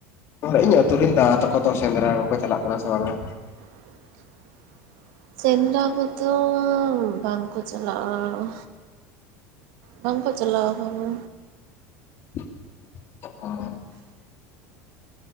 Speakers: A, on the left; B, on the right.
A: ᱚᱸᱰᱮ ᱤᱧ ᱟᱹᱛᱩᱨᱤᱱ ᱫᱟᱫᱟ ᱛᱟᱠᱚ ᱛᱚ ᱥᱮᱸᱫᱽᱨᱟ ᱠᱚᱠᱚ ᱪᱟᱞᱟᱜ ᱠᱟᱱᱟ ᱥᱮ ᱵᱟᱝᱟ?
B: <inaudible> ᱥᱮᱸᱫᱽᱨᱟ ᱠᱚᱫᱚ ᱵᱟᱝ ᱠᱚ ᱪᱟᱞᱟᱜᱼᱟ᱾ ᱵᱟᱝ ᱠᱚ ᱪᱟᱞᱟᱣ ᱠᱟᱱᱟ᱾
A: <inaudible>